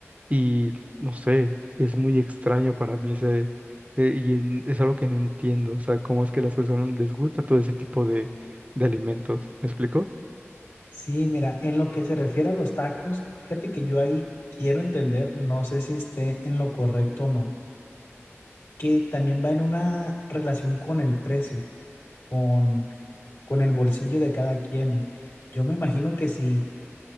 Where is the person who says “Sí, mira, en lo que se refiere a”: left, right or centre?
Left